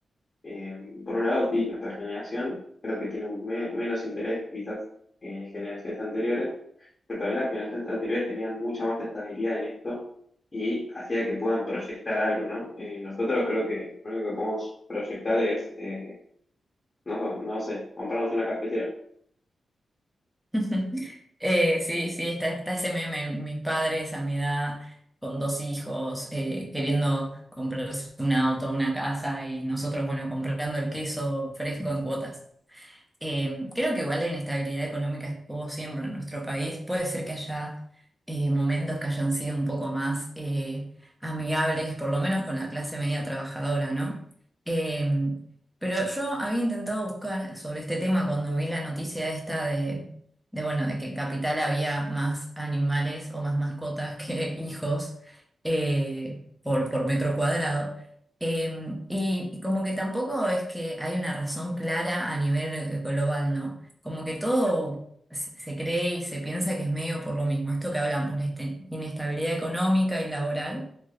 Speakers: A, on the left (about 25°); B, in the centre.
A: Eh, por un lado, sí, nuestra generación creo que tiene un me- menos interés quizás en generaciones anteriores, pero también las generaciones anteriores tenían mucha más estabilidad en esto y hacía que puedan proyectar algo, ¿no? Eh, nosotros creo que lo único que podemos proyectar es, eh, no, no sé, comprarnos una cafetera.
B: <laughs> Eh, sí, sí, está, está ese meme, mis padres a mi edad, con dos hijos, eh, queriendo comprarse un auto, una casa y nosotros, bueno, comprando el queso fresco en cuotas. Eh, creo que igual la inestabilidad económica estuvo siempre en nuestro país. Puede ser que haya eh, momentos que hayan sido un poco más eh, amigables, por lo menos con la clase media trabajadora, ¿no? Eh, pero yo había intentado buscar sobre este tema cuando vi la noticia esta de, de, bueno, de que en Capital había más animales o más mascotas que <laughs> hijos eh, por, por metro cuadrado. Eh, y, y como que tampoco es que hay una razón clara a nivel eh, global, ¿no? Como que todo se, se cree y se piensa que es medio por lo mismo, esto que hablamos, la este- inestabilidad económica y laboral,